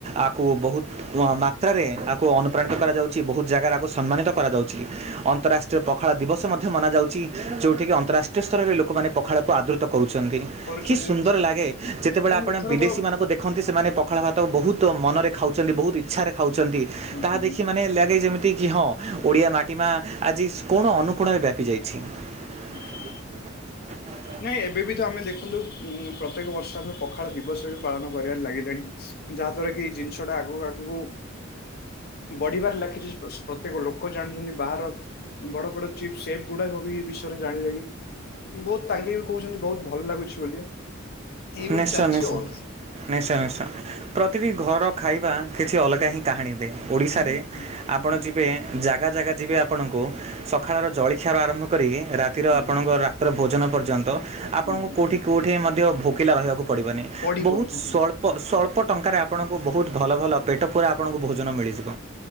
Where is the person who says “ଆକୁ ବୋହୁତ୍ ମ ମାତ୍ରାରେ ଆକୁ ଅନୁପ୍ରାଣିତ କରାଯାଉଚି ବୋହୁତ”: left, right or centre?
Right